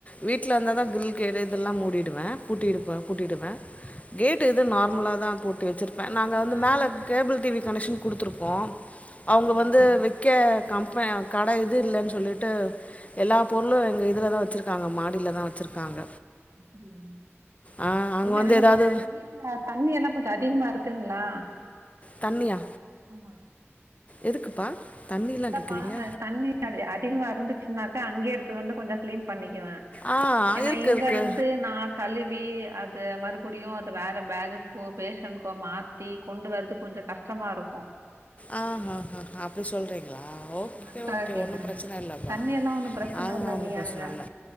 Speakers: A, on the left; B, on the right.
A: வீட்லருந்தா தா கிரில் கேட்டு இதெல்லா மூடிடுவே பூட்டிடுருப்பே பூட்டிடுவே கேட் இது நார்மலா தா பூட்டி வச்சிருப் ப நாங்க
B: ஏன்னா
A: வந்து மேல
B: ஆமா
A: கேபிள் டிவி கனெக்க்ஷன் குடுத்துருக்கோ அவுங்க
B: ஓ
A: வந்து
B: சரி
A: வெக் கே கம்ப கட இது இல்லேன் சொல்லிட்டு எல்லா பொருளு எங்க இதுல தா வச்சுருக்காங்க மாடியில தா வச்சுருக்காங்க
B: அப்பிடியா
A: ஆ
B: இது
A: வந்து
B: அங்க
A: எதாவது
B: உங்க வீட்ல தண்ணியெல்லா கொஞ்சோ அதிகமா இருக்குங்களா
A: தண்ணியா
B: ஆமா
A: எதுக்குப்பா தண்ணிலா
B: இல்லப்ப
A: கேக்குறீங்க
B: அ தண்ணி அதிகமா இருந்துச்சுனாக்கா அங்கே எடுத்து வந்து கொஞ்சோ கிளீன் பண்ணிக்குவே
A: ஆ
B: ஏன்னா
A: இருக்கு
B: இங்கருந்து
A: இருக்கு
B: நா கழுவி அது மறுபடியு அது வேற பேகுக்கோ பேஷன்கோ மாத் தி கொண்டு வரதுக்கு கொஞ்சோ கஷ்டமாருக்கு
A: ஆ ஹா ஹா அப்பிடி சொல்றீங்களா ஓகே
B: ஆமா அதுக்காக
A: ஓகே
B: கேக்குறே
A: ஒன்னு பிரச்சனை இல்லப்பா
B: தண்ணி எல்லா ஒன்னு பிரச்சன
A: அதனா
B: இல்ல
A: ஒன்னு
B: இல்லையா
A: பிரச்சன
B: அங்க
A: இல்ல